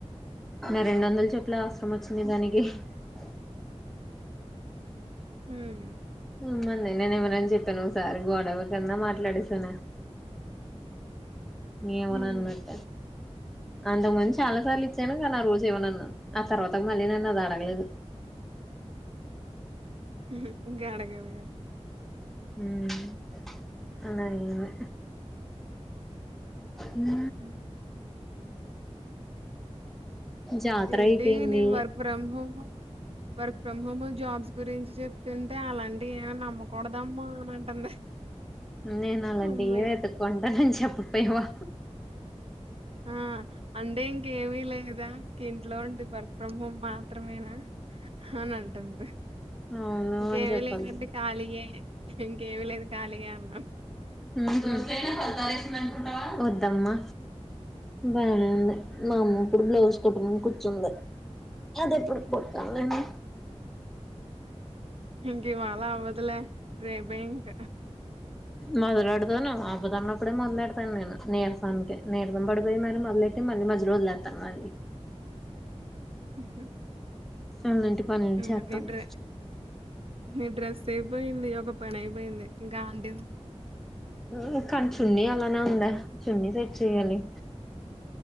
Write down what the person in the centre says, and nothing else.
నా రెండు వందలు చెప్ చెప్పులు అవసరం వచ్చింది దానికి. అ
ఉమ్మంది నేను ఇవ్వనని చెప్పాను ఒకసారి గొడవ కింద మాట్లాడేసాను. ని ఏవనా
అన్నట్ట అంతకు ముందు చాలా సార్లు ఇచ్చాను, కా నా ఆరోజు ఇవ్వనన్నాను. ఆ తర్వాత మళ్ళీ నన్ను అది అడగలేదు.
హ్మ్ అలాగే లే ఉ
జాతర
అయిపోయింది
నేను అలాంటి
ఏ వెతుక్కుంట చెప్ ముప్పేవ్వా
అవును
అని చెప్పాల్సింది
హ్మ్ హు వద్దమ్మా బానే ఉంది. మా అమ్మ ఇప్పుడు బ్లౌజ్ కుట్టమని కూర్చుంది. అది ఇప్పుడు కుట్టతను నేను
మొదలులేడుతాను ఆపుతానపుడే మొదలులేడతాను నేను నీరసాకే నీరసం పడిపోయి మరి మొదలెట్టి మళ్ళీ మధ్యలో వొదిలేెస్తాను మళ్ళీ
అలాంటి పనులు
చేస్తాను
హుహ్ కని చున్ని అలానే ఉందే. చున్నీ సెట్ చేయాలి.